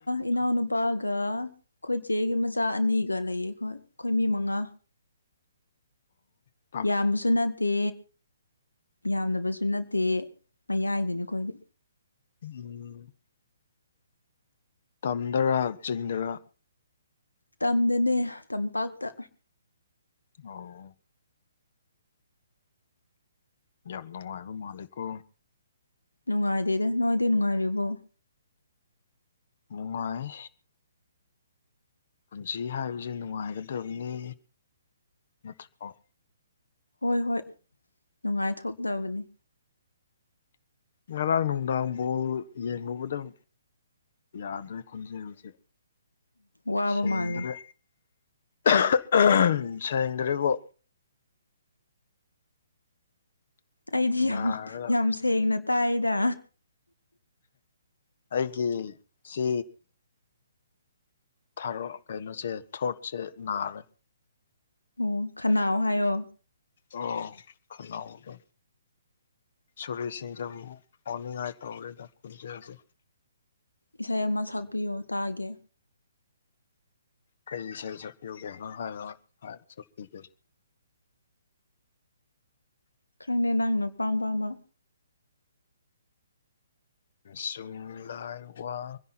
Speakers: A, on the left (about 80°); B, on the left (about 50°).
A: ꯏꯅꯥꯎꯅꯨ ꯅꯨꯄꯥꯒ ꯑꯩꯈꯣꯏꯆꯦꯒꯤ ꯃꯆꯥ ꯑꯅꯤꯒ ꯂꯩꯌꯦ ꯑꯩꯈꯣꯏ ꯑꯩꯈꯣꯏ ꯃꯤ ꯃꯉꯥ
B: ꯑ
A: ꯌꯥꯝꯕꯁꯨ ꯅꯠꯇꯦ ꯌꯥꯝꯗꯕꯁꯨ ꯅꯠꯇꯦ ꯃꯌꯥꯏꯗꯨꯅꯤ ꯈꯣꯏꯗꯤ
B: <unintelligible> ꯇꯝꯗꯔꯥ ꯆꯤꯡꯗꯔ
A: ꯇꯝꯗꯅꯦ ꯇꯝꯄꯥꯛꯇ
B: ꯑꯣ ꯌꯥꯝ ꯅꯨꯡꯉꯥꯏꯕ ꯃꯥꯜꯂꯤꯀꯣ
A: ꯅꯨꯡꯉꯥꯏꯗꯦꯗ ꯅꯣꯏꯗꯤ ꯅꯨꯡꯉꯥꯏꯔꯤꯕꯣ
B: ꯅꯨꯡꯉꯥꯏ ꯄꯨꯟꯁꯤ ꯍꯥꯏꯕꯁꯦ ꯅꯨꯡꯉꯥꯏꯒꯗꯕꯅꯤ <unintelligible>
A: ꯍꯣꯏ ꯍꯣꯏ ꯅꯨꯡꯉꯥꯏꯊꯣꯛꯇꯕꯅꯤ
B: ꯉꯔꯥꯡ ꯅꯨꯡꯗꯥꯡꯐꯥꯎ ꯌꯦꯡꯂꯨꯕꯗꯪ ꯌꯥꯗꯥꯔꯦ ꯈꯨꯟꯖꯥꯜꯁꯦ
A: ꯋꯥꯕ
B: ꯁꯦꯡꯗ꯭ꯔꯦ
A: ꯃꯥꯜꯂꯦ
B: ꯎ ꯁꯦꯡꯗ꯭ꯔꯦꯀꯣ
A: ꯑꯩꯗꯤ ꯌꯥꯝ
B: ꯅꯥꯔꯒ
A: ꯌꯥꯝ ꯁꯦꯡꯅ ꯇꯥꯏꯗ
B: ꯑꯩꯒꯤ ꯁꯤ ꯊꯔ ꯀꯩꯅꯣꯁꯦ ꯊꯣꯔꯠꯁꯦ ꯅꯥꯔꯦ
A: ꯑꯣ ꯈꯅꯥꯑꯣ ꯍꯥꯏꯌꯣ
B: ꯑꯣ ꯈꯅꯥꯎꯗꯦ ꯁꯣꯔꯤ ꯁꯦꯟꯖꯝ ꯑꯣꯟꯅꯤꯉꯥꯏ ꯇꯧꯔꯦꯗ ꯈꯣꯟꯖꯦꯜꯁꯦ
A: ꯏꯁꯩ ꯑꯃ ꯁꯛꯄꯤꯌꯣ ꯇꯥꯒꯦ
B: ꯀꯩ ꯏꯁꯩ ꯁꯛꯄꯤꯌꯨꯒꯦ ꯅꯩ ꯍꯥꯏ ꯁꯥꯛꯄꯤꯒꯦ
A: ꯈꯪꯗꯦ ꯅꯪꯅ ꯄꯥꯝꯕ ꯑꯃ
B: ꯁꯨꯝꯂꯥꯏ ꯋꯥ